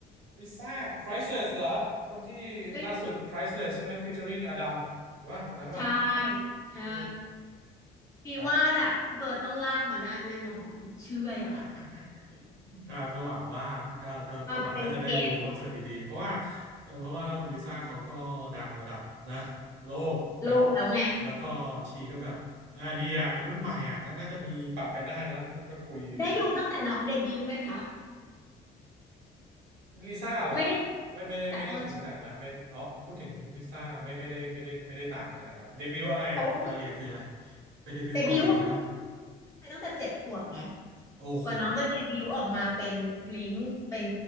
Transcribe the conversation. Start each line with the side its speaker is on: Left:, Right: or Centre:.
Right: ริซ่า Priceless เหรอคนที่ล่าสุด
Left: ไม่
Right: Priceless ใช่ไหม featuring อดัมว่าคนนั้นว่า
Left: ใช่ใช่
Right: โอ้
Left: บีว่าแบบพี่เบิร์ดต้องลากมาได้แน่นอนเชื่ออย่างนั้น
Right: ครับ <laughs> อ่าก็หวังว่าก็ก็ก็หวังว่าจะได้ดูคอนเสิร์ตดีๆ
Left: มาเป็นเกส
Right: เพราะว่าเออเพราะว่าคุณลิซ่าเขาก็ดังระดับนะโลกนะ
Left: โลกแล้วไง
Right: แล้วก็ชีก็แบบอ่าดีอ่ะเป็นรุ่นใหม่อ่ะน่าจะมีปรับกันได้เนอะก็ก็คุย
Left: ได้ดูตั้งแต่น้องเดบิวต์ไหมคะ
Right: ลิซ่าเหรอ
Left: ไม่ได้ตั้งแต่ตอน
Right: ไม่ไม่ไม่ได้ถึงขนาดนะไม่อ๋อพูดถึงลิซ่าไม่ไม่ได้ไม่ได้ไม่ได้ตามถึงขนาดครับเดบิวต์อะไรอ่ะรายละเอียดคืออะไร
Left: เพราะว่า
Right: ไปเดบิวต์เกาหลีใช่ปหะ
Left: เดบิวต์ไปตั้งแต่เจ็ดขวบไง
Right: โอ้โห
Left: กว่าน้องจะเดบิวต์ออกมาเป็นบลิงเป็น
Right: เจ็ดขวบ